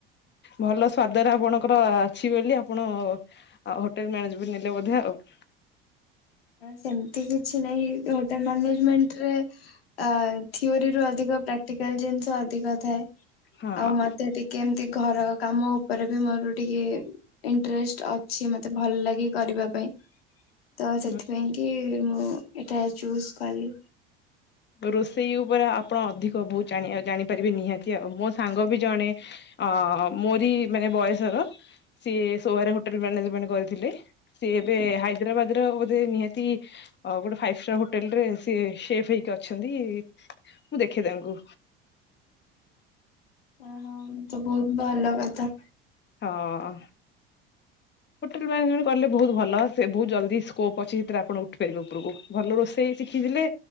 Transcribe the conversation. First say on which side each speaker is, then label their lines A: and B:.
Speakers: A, on the left (about 35°); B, on the left (about 85°).
A: ଭଲ ସ୍ଵାଦରେ ଆପଣଙ୍କର ଅଛି ବୋଲି ଆପଣ ହୋଟେଲ ମ୍ୟାନେଜମଣ୍ଟ ନେଲେ ବୋଧ ଆଉ। ହ <inaudible>
B: ସେମତି କିଛି ନାହିଁ ହୋଟେଲ ମାନେଜମେଣ୍ଟରେ ଆ ଥିଓରିରୁ ଅଧିକ ପ୍ରାକ୍ଟିକାଲ ଜିନିଷ ଅଧିକ ଥାଏ
A: ହଁ।
B: ଆଉ ମତେ ଟିକେ ଏମ ଟି ଘର କାମ ଉପରେ ବି ମୋର ଟିକେ ଇଣ୍ଟରେଷ୍ଟ ଅଛି ମତେ ଭଲ ଲାଗେ କରିବା ପାଇଁ। ତ
A: ହୁଁ
B: ସେଥିପାଇଁ କି ମୁଁ ଏଇଟା ଚୁଜ କଲି।
A: ରୋଷେଇ ଉପୁରେ ଆପଣ ଅଧିକ ବୁତ ଜଣି ଜାଣିପାରିବେ ନିହାତି ଆଉ ମୋ ସାଙ୍ଗ ବି ଜଣେ ଅ ମୋରି ମାନେ ବୟସର ସିଏ ସୋହାରେ ହୋଟେଲ ମାନେଜମେଣ୍ଟ କରିଥିଲେ। ସି ଏବେ
B: ଆଜ୍ଞା
A: ହାଇଦ୍ରାବାଦ ର ଗୋଧେ ନିହାତି ଗୋଟେ ଫାଇଭ ଷ୍ଟାର ହୋଟେଲରେ ସିଏ ସେ ସେଇଠି ଅଛନ୍ତି ମୁଁ ଦେଖେ ତାଙ୍କୁ।
B: ଓହୋ ତ ବହୁତ ଭଲ କଥା।
A: ହଁ। ହୋଟେଲ ମାନେଜମେଣ୍ଟ କଲେ ବହୁ ଭଲ ସେ ବହୁ ଜଲଦି ସ୍କୋପ ଅଛି ସେଥିରେ ଆପଣ ଉଠିପାରିବ ଉପରକୁ ଭଲ ରୋଷେଇ ଶିଖି ଖିଥିଲେ